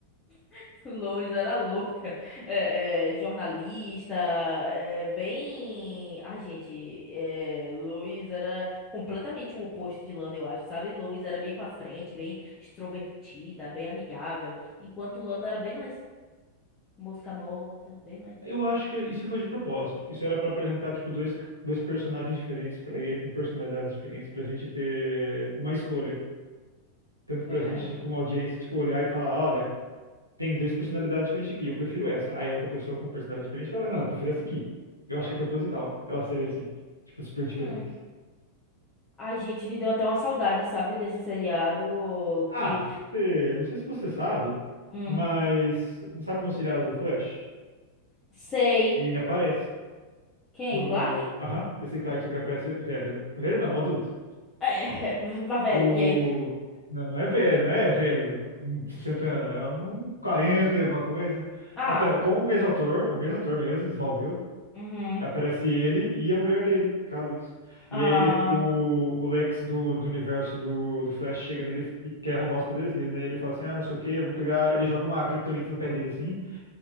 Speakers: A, on the left (about 20°); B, on the left (about 80°).
A: <laughs> Lois era louca. É, é, jornalista, é, é, bem. Ai, gente, é, Lois era completamente o oposto de Lana, eu acho, sabe? Lois era bem pra frente, bem extrovertida, bem amigável. Enquanto Lana era bem mais mosca morta, bem mais.
B: Eu acho que isso foi de propósito. Isso era pra apresentar tipo dois, dois personagens diferentes pra ele, com personalidades diferentes, pra gente ter uma escolha, tanto pra
A: Hum,
B: gente de- como audiência, tipo olhar e falar, olha, tem duas personalidades diferentes aqui, eu prefiro essa. Aí outra pessoa com personalidade diferente fala, não, eu prefiro essa aqui. Eu acho que é proposital. Ela seria assim, tipo super diferente.
A: hum. Ai, gente, me deu até uma saudade, sabe, desse seriado
B: Ah,
A: que.
B: você- não sei se você sabe,
A: Hum,
B: mas sabe no seriado do Flash?
A: sei.
B: Ele aparece.
A: Quem?
B: No...
A: O Clark?
B: Aham, esse cara que só que ele parece velho, né? Velho não, adulto.
A: É, <laughs> vá velho,
B: O...
A: porque
B: Não, não é velho, não é velho com 60 anos, é um 40 e alguma coisa.
A: Ah,
B: Apare- Com o mesmo ator, o mesmo ator mesmo, Smallville,
A: uhum.
B: aparece ele e a mulher dele, que é a Lois.
A: Ah,
B: E aí ele, o, o Lex do, do universo do, do Flash chega nele e quer roubar os poderes dele, né? Ele fala assim, ah, não sei o que eu vou pegar... Ele joga uma kryptonita no pé dele, assim,